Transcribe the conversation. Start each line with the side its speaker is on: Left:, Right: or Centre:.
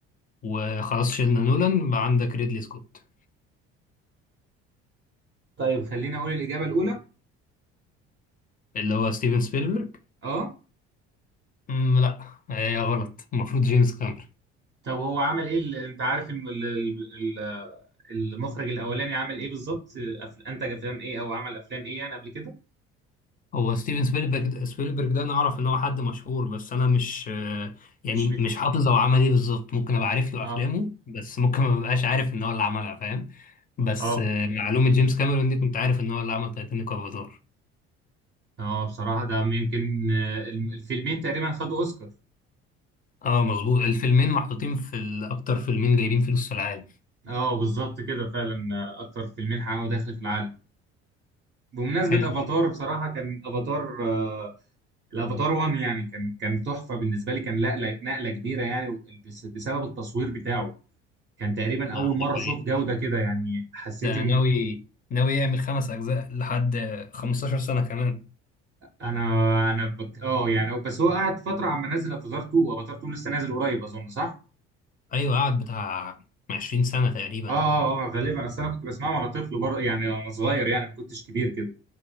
Left: وخلاص شلنا نولان بقى عندك ريدلي سكوت
Right: طيب خليني اقول الاجابه الاولى
Left: اللي هو ستيفن سبيلبرج
Right: اه
Left: مم، لا هي غلط المفروض جيمس كاميرون
Right: طب هو عمل ايه ال- انت عارف ان ال- ال- ال- المخرج الاولاني عمل ايه بالظبط أف- انتج افلام ايه او عمل افلام ايه يعني قبل كده
Left: هو ستيفن سبيلبرج سبيلبرج ده انا اعرف ان هو حد مشهور بس انا مش آه، يعني
Right: مش مت...
Left: مش حافظ هو عمل ايه بالظبط ممكن ابقى عارف له
Right: اه
Left: افلامه بس ممكن ما ببقاش عارف ان هو اللي عملها فاهم بس
Right: اه
Left: آه، معلومة جيمس كاميرون دي كنت عارف ان هو اللي عمل تايتانيك وافاتار
Right: اه بصراحة ده يمكن آه، الم- الفيلمين تقريبا خدوا اوسكار
Left: اه مظبوط الفيلمين محطوطين في ال- اكتر فيلمين جايبين فلوس في العالم
Right: اه بالظبط كده فعلا آه، اكتر فيلمين حققوا دخل في العالم بمناسبة
Left: حلو
Right: افاتار بصراحة كان افاتار آه، الافاتار 1 يعني كان كان تحفة بالنسبة لي كان نقلة نقلة كبيرة يعني بس- بسبب التصوير بتاعه كان تقريبا اول
Left: آه،
Right: مرة
Left: ده حقيقة.
Right: اشوف جودة كده يعني حسيت
Left: ده
Right: ان
Left: ناوي ناوي يعمل خمس اجزاء لحد 15 سنة كمان
Right: انا انا بك... اه يعني بس هو قعد فتره عم نزل افاتار 2 افاتار 2 لسه نازل قريب اظن صح
Left: ايوه قعد بتاع 20 سنة تقريبا
Right: اه اه اه غالبا اصل انا كنت بسمعه وانا طفل بر... يعني وانا صغير يعني ما كنتش كبير كده